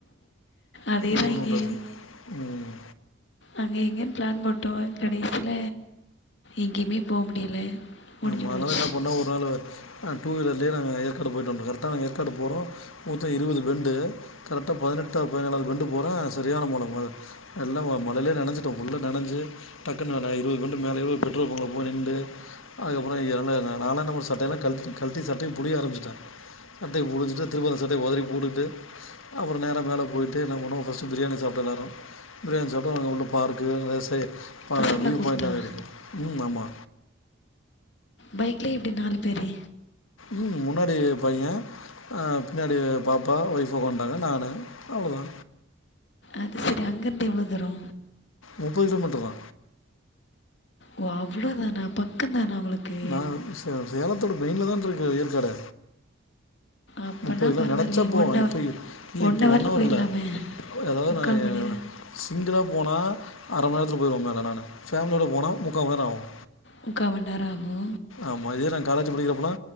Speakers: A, on the left (about 60°); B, on the left (about 85°).
A: அதேதா
B: போகணுன்றது
A: இங்கேயு
B: ம்
A: அங்க இங்கேன்னு பிளான் போட்டோ கடைசில எங்கேயுமே போ முடியல முடிஞ்சு
B: மறுநாள்
A: போச்சு.
B: என்ன பண்ணோ ஒரு நாள் டூவிலர்லயே நாங்க ஏர்காடு போயிட்டு வண்டோ கரெக்ட நாங்க ஏற்காடு போறோ மொத்தோ இருவது பெண்டு கரெக்டா பதினெட்டா பதினேழாவது பெண்டு போறே சரியான மூலமது எல்லா மொதல்லே நனஞ்சுட்டோ புள்ள நனஞ்சு டக்குனு நா இருவது பெண்டு மேல போயி பெட்ரோல் பங்க்ல போய் நிண்டு அதுக்கப்றோ ஏன்ங்க நான என்ன பண்ண ஒரு சட்டயேல்லா கழட்டி சட்டய பிலிய ஆரம்பச்சுட்டே சட்டய புழுச்சுட்டு திரும்ப அந்த சட்டய உதரி போட்டுகிட்டு அப்றோ நேர மேல போய்ட்டு என்ன பண்ணோ பஸ்டு பிரியாணி சாப்டோ எல்லாரு பிரியாணி சாப் அங்க உள்ள பார்க்கு விவசாயோ
A: பசங்கள
B: வியூ
A: கூப்பிட்டா.
B: பாய்ண்ட்லா இருக்கு ஆமா
A: பைக்லே எப்டி நாலு பேரு
B: ம் முன்னாடி பைய பின்னாடி பாப்பா வைஃப் உக்காந்துட்டாங்க நானு அவ்ளோதா
A: அது செரி அங்கருந்து எவ்வளோ தூரோ
B: முப்பது கிலோமீட்டர் தா
A: ஓ அவ்ளோதான பக்க தானா உங்களுக்கு
B: நான் சேலத்தோட மெய்லதான்ருக்கு ஏற்காடே
A: அப்பன்னா
B: முப்பது கிலோ
A: பரவாயில்லையே
B: நெனச்சா போவோ
A: ஒன் ஹவர்
B: இப்ப இல்ல
A: ஒன்
B: இப்ப
A: ஹவரில்
B: ஒன்வர்
A: போயிடலாமே
B: இல்ல அதாவது
A: முக்கால்
B: நா
A: மணி நேரம்
B: சிங்ளா போனா அரமண் நேரத்தில போய்ருவே மேலே நானு ஃபேமிலியோடு போன முக்காமண் நேர ஆகு
A: முக்காமண் நேரோ ஆகு
B: ஆமா இதே நாங்க காலேஜ் படிக்கிறப்பன